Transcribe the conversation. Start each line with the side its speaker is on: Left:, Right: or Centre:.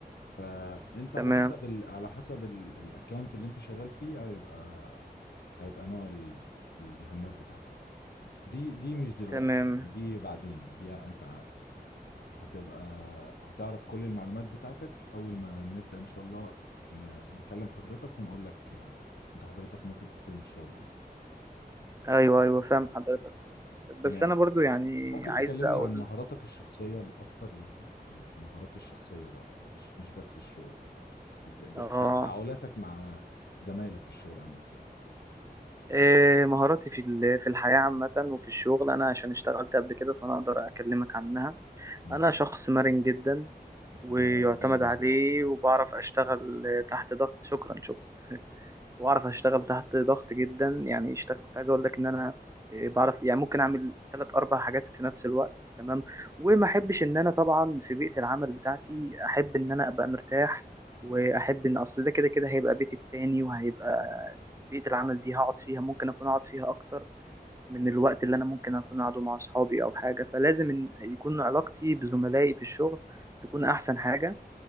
Left: فانت على
Right: تمام
Left: حسب ال... على حسب الاكونت اللي انت شغال فيه هيبقى هيبقى نوع ال- المهمات بتاعتك دي دي مش دلوقتي
Right: تمام
Left: يعني دي بعدين دي انت هتبقى هتعرف كل المعلومات بتاعتك اول ما نبدأ ان شاء الله ن... نكلم حضرتك ونقول لك آه، انت حضرتك ممكن تستلم الشغل امتى
Right: ايوه ايوه فاهم حضرتك بس
Left: تمام
Right: انا برضو يعني
Left: ممكن
Right: عايز
Left: تكلمني
Right: اقول
Left: عن مهاراتك الشخصية الأكتر يعني المهارات الشخصية بقى يعني مش مش بس الشغل إز- ب-
Right: اه
Left: تفاعلاتك مع زمايلك في الشغل عامله ازاي
Right: إيه مهاراتي في ال- في الحياة عامة وفي الشغل أنا عشان اشتغلت قبل كده فأنا أقدر أكلمك عنها
Left: مم.
Right: أنا شخص مرن جدا
Left: لا،
Right: ويعتمد
Left: ده باين
Right: عليه
Left: عليك اه
Right: وبعرف أشتغل تحت ضغط شكرا شكرا واعرف اشتغل تحت ضغط جدا يعني اشتغل كنت عايز اقول لك ان انا إيه، بعرف يعني ممكن اعمل ثلاث اربع حاجات في نفس الوقت تمام وما
Left: مم.
Right: احبش ان انا طبعا في بيئة العمل بتاعتي احب
Left: مم.
Right: ان انا ابقى مرتاح واحب ان اصل ده كده كده هيبقى بيتي التاني وهيبقى بيئة العمل دي هقعد فيها ممكن اكون اقعد فيها اكتر من الوقت اللي انا ممكن اكون قاعده مع اصحابي او حاجة فلازم إن يكون علاقتي بزملائي في الشغل تكون احسن حاجة